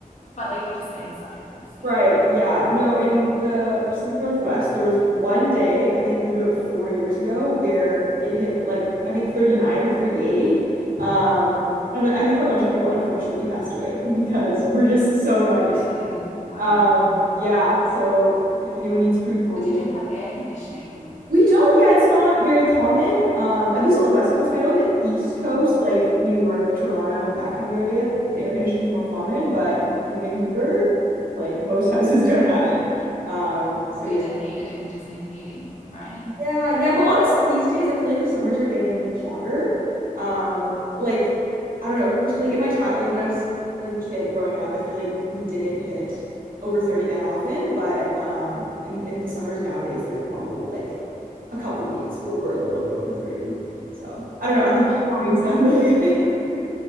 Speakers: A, on the left (about 55°); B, on the right (about 75°).
A: but like we just stay inside honestly.
B: Right, yeah. No, in the Pacific Northwest, there was one day, I think maybe about four years ago, where it hit like I think 39 or 38. Um, and then I think a bunch of people unfortunately passed away <laughs> because we're just so not
A: Really?
B: used to it.
A: Wow.
B: Wow. Um, yeah, so if anyone needs proof global
A: Because you
B: warming
A: didn't have air conditioning.
B: we don't. Yeah, it's not very common. Um, at least on the West Coast. I know on the East Coast, like New York, Toronto, that kind of area, the air conditioning's more common, but in Vancouver, like most <laughs> houses don't have it. Um, so
A: Well,
B: yeah.
A: you don't need it. You just need heating, right?
B: Yeah, yeah, but honestly, these days I feel like the summers are getting hotter. Um, like I don't know, for, like in my child, like when I was like a kid growing up, I feel like we didn't hit over 30 that often, but um in in the summers nowadays, there's probably like a couple weeks where we're a little bit over 30. So, I don't know,
A: How
B: I think
A: interesting.
B: global warming's <laughs> definitely a thing.